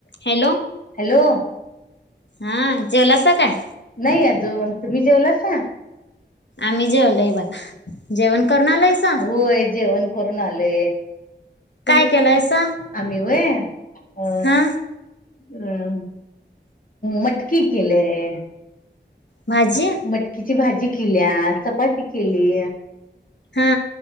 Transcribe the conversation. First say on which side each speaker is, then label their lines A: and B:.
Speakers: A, on the left; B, on the left.
A: Hello.
B: Hello.
A: हा जेवलासा काय?
B: नाही अजून. तुम्ही जेवलासा?
A: आम्ही जेवलय बघा. जेवण करून आलायसा
B: <unintelligible> जेवण करून आले
A: काय
B: ते
A: केलायसा
B: आम्ही व्हय अ
A: हा
B: अम मटकी केलेय.
A: भाजी
B: मटकीची भाजी. किल्या, चपाती केली.
A: हा